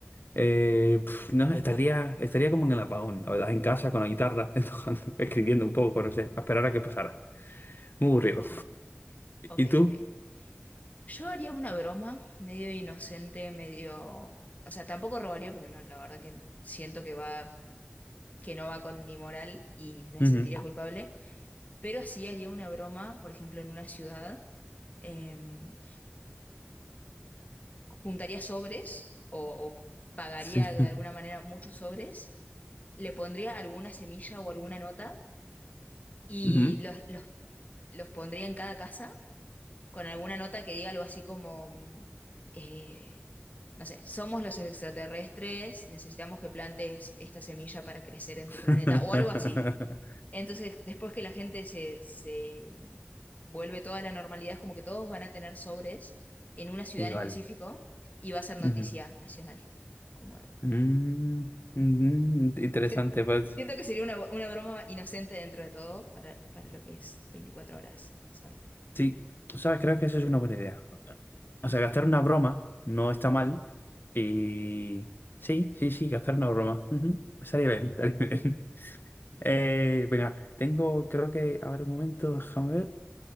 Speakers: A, on the left; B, on the left.
A: Eh, pf, no, estaría, estaría como en el apagón, la verdad, en casa con la guitarra, <laughs> tocando, escribiendo un poco, no sé, a esperar a que pasara. Muy aburrido.
B: ok, ok,
A: ¿Y tú?
B: ok. Yo haría una broma medio inocente, medio... O sea, tampoco robaría porque no, la verdad que siento que va, que no va con mi moral y me
A: Ujú.
B: sentiría culpable. Pero sí haría una broma, por ejemplo, en una ciudad. em, juntaría sobres o o pagaría
A: Sí.
B: de
A: <laughs>
B: alguna manera muchos sobres le pondría alguna semilla o alguna nota y
A: Ujú.
B: los, los, los pondría en cada casa con alguna nota que diga algo así como, mm, eh, no sé, somos los extraterrestres, necesitamos que plantes esta semilla para crecer en
A: <laughs>
B: tu planeta o algo así. Entonces, después que la gente se, se vuelve toda la normalidad, es como que todos van a tener sobres en una ciudad
A: Igual.
B: en específico y va a ser noticia
A: Ujú.
B: nacional, como de
A: Mm, mm, interesante,
B: Sien-
A: pues.
B: Siento que sería una, bo- una broma inocente dentro de todo para, para lo que es veinticuatro horas sola.
A: Sí, sabes, creo que eso es una buena idea. O sea, gastar una broma no está mal. Y sí, sí, sí, gastar una broma. Ujú. Estaría bien, estaría bien. <laughs> Eh, venga, tengo, creo que, a ver un momento, déjame ver.